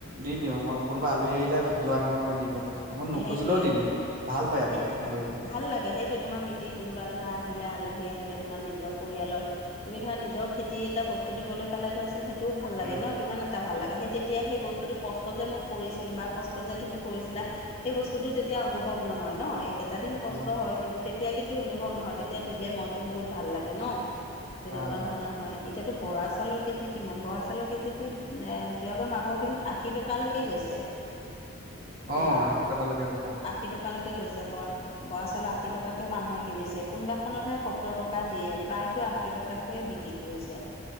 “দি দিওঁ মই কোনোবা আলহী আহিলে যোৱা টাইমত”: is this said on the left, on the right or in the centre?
Right